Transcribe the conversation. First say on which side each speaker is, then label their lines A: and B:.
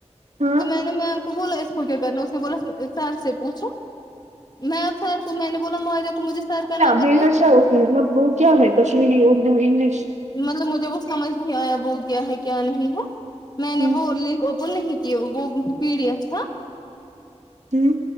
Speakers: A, on the right; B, on the left.
A: ہاں
B: تو میں نے میں بولا اس کو کیا کرنا اس نے بولا سر سے پوچھو میں سر کو میں نے بولا ماریا کو مجھے سر کا نمبر
A: بھیجا
B: دو
A: سو اس نے وہ کیا ہے کشمیری اردو انگلش
B: مطلب مجھے وہ سمجھ نہیں آیا وہ کیا ہے کیا نہیں ہے میں نے
A: ہوں
B: وہ لنک اوپن نہیں کہ وہ پی ڈی ایف تھا
A: ہوں